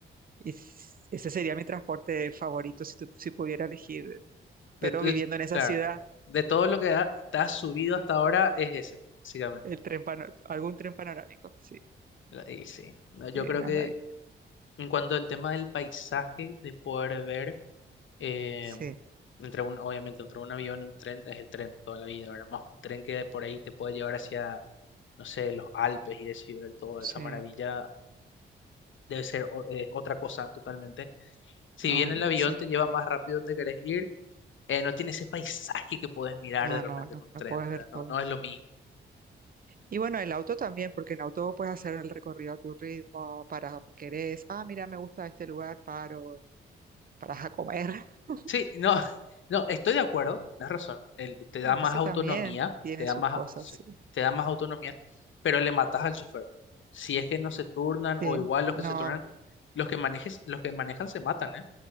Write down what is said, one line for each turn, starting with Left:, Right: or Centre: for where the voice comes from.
Right: Y s- ese sería mi transporte favorito si, tu- si pudiera elegir, pero
Left: De, de-
Right: viviendo en esa
Left: claro,
Right: ciudad,
Left: de todo lo que ha- te has subido hasta ahora es ese, básicamente.
Right: el tren pano- algún tren panorámico, sí,
Left: La- Y sí, No, yo
Right: sí,
Left: creo
Right: una
Left: que
Right: maravilla.
Left: en cuanto al tema del paisaje, de poder ver, eh,
Right: Sí,
Left: entre un, obviamente entre un avión y un tren, es el tren toda la vida, ¿verdad? Más un tren que de por ahí te puede llevar hacia, no sé, los Alpes y eso, y ver toda
Right: sí,
Left: esa maravilla, debe ser o- eh, otra cosa totalmente. Si
Right: no,
Left: bien el avión
Right: sí,
Left: te lleva más rápido donde querés ir, eh, no tiene ese paisaje que puedes mirar
Right: no,
Left: de repente
Right: no, no,
Left: en un
Right: no
Left: tren,
Right: puedes
Left: ¿verdad?
Right: ver todo.
Left: No, no es lo mismo.
Right: Y bueno, el auto también, porque en auto puedes hacer el recorrido a tu ritmo, para donde querés. Ah, mira, me gusta este lugar, paro, paras a comer. <laughs>
Left: Sí, no, <laughs> no, estoy de acuerdo, tienes razón. el- te
Right: Entonces
Left: da más autonomía,
Right: también tiene
Left: te da
Right: sus
Left: más,
Right: cosas,
Left: sí,
Right: sí.
Left: te da más autonomía, pero le matas al chofer. ¿eh? Si es que no se turnan,
Right: Sí,
Left: o igual los
Right: no,
Left: que se turnan, los que manejes, los que manejan se matan, ¿eh?